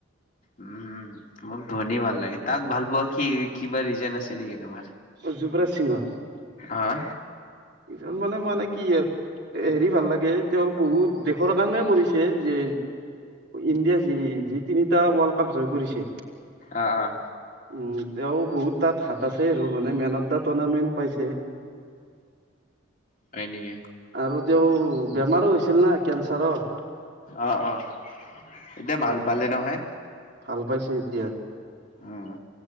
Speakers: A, on the left; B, on the right.
A: উ'ম। মোক ধোনী ভাল লাগে, তাক ভাল পোৱা কি কিবা ৰিজন আছে নেকি তোমাৰ?
B: <unintelligible>
A: আহ।
B: ইখন মানে মানে কি আৰু। হেৰি ভাল লাগে, তেওঁ বহুত দেশৰ কাৰণে কৰিছে, যে ইণ্ডিয়া যি যি তিনিটা ৱৰ্ল্ড কাপ জয় কৰিছে।
A: অঁ অঁ।
B: উম, তেওঁ বহুত তাত হাত আছে আৰু মানে মেন অফ দা টুৰ্ণামেণ্ট পাইছে।
A: হয় নেকি?
B: আৰু তেওঁ বেমাৰো হৈছিল না কেঞ্চাৰৰ।
A: অ অ এতিয়া ভাল
B: অ'
A: পালে নহয়।
B: ভাল পাইছে এতিয়া।
A: উম